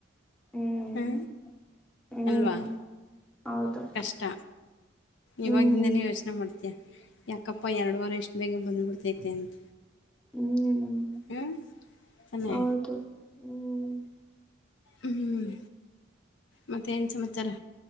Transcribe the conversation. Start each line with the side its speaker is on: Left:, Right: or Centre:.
Centre: ಹ್ಮ್
Left: ಹ್ಞೂ
Centre: ಹ್ಮ್
Left: ಅಲ್ವಾ
Centre: ಹೌದು
Left: ಕಷ್ಟ ಇವಾಗಿಂದನೆ
Centre: ಹ್ಮ್
Left: ಯೋಚನೆ ಮಾಡ್ತ ಯಾಕಪ್ಪ ಎರಡು ವಾರ ಇಷ್ಟ ಬೇಗ ಬಂದ್ಬಿಡ್ತೈತೆ ಅಂತ
Centre: ಹ್ಮ್
Left: ಹ್ಞೂ ತಾನೇ
Centre: ಹೌದು ಹ್ಮ್
Left: ಹ್ಮ್ ಮತ್ತೆ ಏನ್ ಸಮಾಚಾರ